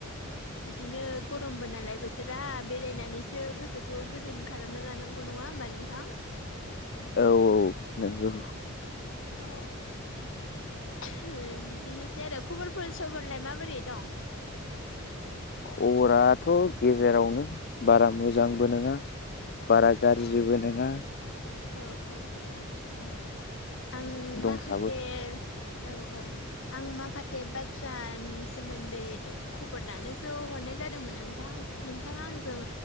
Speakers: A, on the left; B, on the left.
A: बिदिनो गरमबो नालाय बोथोरा बेरायनानैसो गोसोखौ गोजोन। खालामना लानांगौ नङा होमबा नोंथां।
B: औ औ नंगौ।
A: औ बिदिनोसै आरो खबरफोर सोबोरलाय माबोरै दं।
B: खबराथ' गेजेरावनो बारा मोजांबो नङा। बारा गाज्रिबो
A: अ
B: नङा।
A: औ औ।
B: <inaudible>
A: आं
B: दंसाबो
A: माखासे औ औ आं माखासे। ए से बाथ्रानि सोमोन्दै खबर लानोसो हरनाय जादोंमोन नोंथां। नोंथाङा आंजों